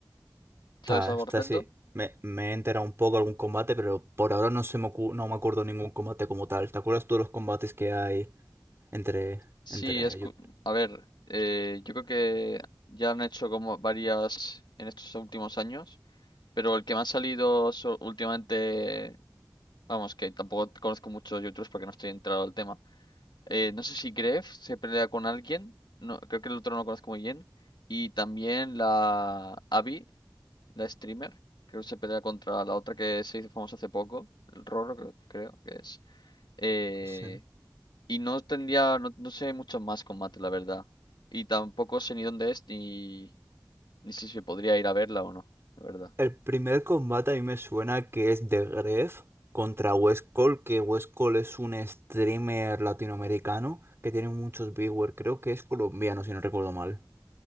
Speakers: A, on the right (about 35°); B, on the left (about 85°).
A: Está,
B: ¿Sabes algo
A: está
B: al respecto?
A: así. Me, me he enterado un poco algún combate, pero por ahora no se me ocu- no me acuerdo ningún combate como tal. ¿Te acuerdas tú de los combates que hay entre,
B: Sí,
A: entre
B: es... cu-
A: youtubers?
B: A ver, eh, yo creo que ya han hecho como varias en estos últimos años, pero el que me ha salido so- últimamente, vamos, que tampoco conozco muchos youtubers porque no estoy entrado al tema. Eh, no sé si Gref se pelea con alguien. No, creo que el otro no lo conozco muy bien. Y también la Abby, la streamer. Creo que se pelea contra la otra que se hizo famosa hace poco. El Roro, creo, creo que es. Eh,
A: Sí.
B: y no tendría. No, no sé mucho más combate, la verdad. Y tampoco sé ni dónde es ni, ni si se podría ir a verla o no, la verdad.
A: El primer combate a mí me suena que es The Gref contra West Cole, que West Cole es un streamer latinoamericano que tiene muchos viewers, creo que es colombiano si no recuerdo mal.